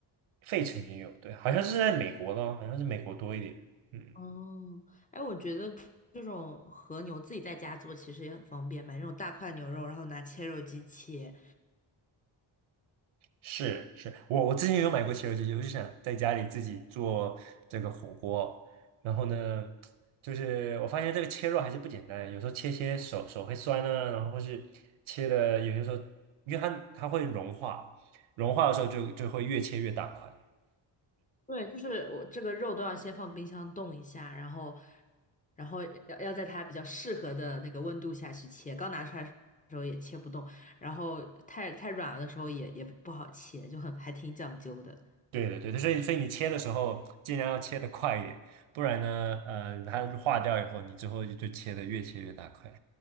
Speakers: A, on the right (about 85°); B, on the left (about 20°).
A: 费城也有，对，好像是在美国的哦好像是美国多一点，嗯。
B: 哦，哎，我觉得这种和牛自己在家做其实也很方便，买那种大块牛肉，然后拿切肉机切，
A: 是是，我我之前也有买过西游记，我就想在家里自己做这个火锅。然后呢，就是我发现这个切肉还是不简单，有时候切切手手会酸啊，然后或是切的有些时候，因为它它会融化，融化的时候就就会越切越大块。
B: 对，就是我这个肉都要先放冰箱冻一下，然后，然后要要在它比较适合的那个温度下去切。刚拿出来的时候也切不动，然后太太软了的时候也也不好切，就很还挺讲究的。
A: 对的对的，所以所以你切的时候尽量要切的快一点，不然呢，呃，它化掉以后，你之后就就切的越切越大块。